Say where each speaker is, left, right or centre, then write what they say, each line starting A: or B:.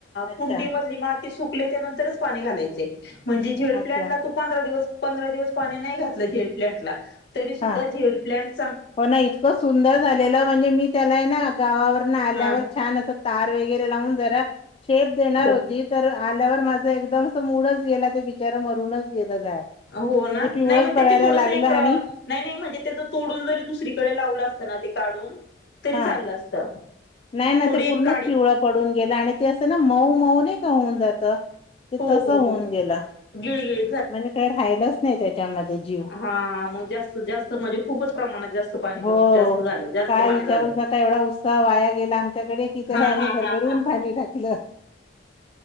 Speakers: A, on the left; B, on the left.
A: अच्छा
B: कुडीमधली माती सुकल्याच्या नंतरच्या पाणी द्यायचं. म्हणजे झेड
A: अच्छा
B: प्लाॅन्टला तुम्ही पंधरा दिवस पाणी नाही घातलं झेड प्लाॅन्टला तरी सुध्दा
A: हा
B: झेड प्लाॅन्ट
A: हो ना इतकं सुंदर झालेलं म्हणजे मी त्याला ना गावावर न आल्यावर
B: हा
A: छान अस तार वैगरे लावून जरा शेप देणार
B: हो
A: होती तर आल्यावर माझं एकदम मूडच गेला, ते बिचारा मरूनच गेलं झाड
B: हो ना,
A: म्हणजे पिवळच
B: नाही मग त्याचे
A: पडायला
B: थोडस
A: लागलं
B: एक
A: आणि
B: नाही नाही म्हणजे त्याच तोडून जरी, दुसरीकडे लावलं असतं ना, ते काढून तरी
A: हा,
B: चाललं असत
A: नाही ना
B: थोडी
A: ते पूर्णच
B: एक काडी
A: पिवळा पडून गेल, आणि ते असं ना मऊ-मऊ नाही का होऊन जातं. ते
B: हो
A: तसं
B: हो
A: होऊन
B: हो
A: गेलं
B: गिळ गिळ
A: म्हणजे काही राहिलंच नाही त्याच्यामध्ये जीव,
B: हा मग जास्त जास्त म्हणजे खूपच प्रमाणात जास्त पाणी कमी
A: हो
B: जास्त झालं. जास्त
A: काय
B: पाणी
A: विचारूच
B: झालं
A: नका, एवढा उत्साह वाया गेला आमच्याकडे कि, त्या
B: हा
A: अगदी
B: हा
A: भरभरून
B: हा हा
A: पाणी टाकलं,